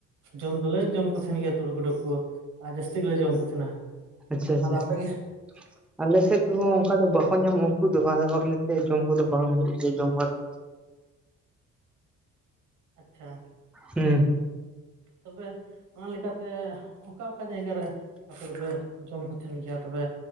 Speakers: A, on the right (about 80°); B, in the centre.
A: ᱡᱚᱢ ᱫᱚᱞᱮ ᱡᱚᱢ ᱠᱚ ᱛᱟᱦᱮᱸᱱ ᱜᱮᱭᱟ ᱛᱩᱲᱩ ᱜᱩᱰᱩ ᱠᱚ᱾ ᱟᱨ ᱡᱟᱹᱥᱛᱤ ᱜᱮᱞᱮ ᱡᱚᱢ ᱠᱚ ᱛᱟᱦᱮᱸᱱᱟ,
B: ᱟᱪᱪᱷᱟ ᱟᱪᱪᱷᱟ
A: ᱟᱫᱚ ᱟᱯᱮ ᱜᱮ?
B: <unintelligible> ᱟᱞᱮ ᱥᱮᱫ ᱫᱚ ᱚᱱᱠᱟ ᱫᱚ ᱵᱟᱠᱚ ᱧᱟᱢᱚᱜᱼᱟ ᱩᱱᱠᱩ ᱫᱚ ᱟᱫᱚ ᱚᱱᱟᱛᱮ ᱡᱚᱢ ᱠᱚᱫᱚ ᱵᱟᱝ ᱦᱩᱭᱩᱜ ᱜᱮᱭᱟ ᱡᱚᱢ ᱵᱟᱲᱟ ᱠᱚ᱾
A: ᱟᱪᱪᱷᱟ,
B: ᱦᱩᱸ,
A: ᱛᱚᱵᱮ ᱚᱱᱟ ᱞᱮᱠᱟᱛᱮ ᱚᱠᱟ ᱚᱠᱟ ᱡᱟᱭᱜᱟ ᱨᱮ ᱟᱯᱮ ᱫᱚᱯᱮ ᱡᱚᱢ ᱠᱚ ᱛᱟᱦᱮᱸᱱ ᱜᱮᱭᱟ ᱛᱚᱵᱮ